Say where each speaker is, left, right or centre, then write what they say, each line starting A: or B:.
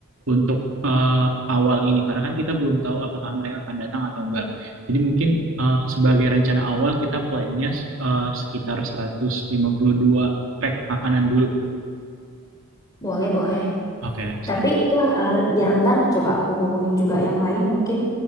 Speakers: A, on the right (about 70°); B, on the left (about 15°).
A: untuk eh, awal ini. Karena kan kita belum tahu apakah mereka akan datang atau enggak. Jadi mungkin eh, sebagai rencana awal kita plannya eh, sekitar 152 pack makanan dulu.
B: Boleh, boleh.
A: Oke. ser-
B: Tapi itulah eh, biar ntar coba aku hubungin juga yang lain mungkin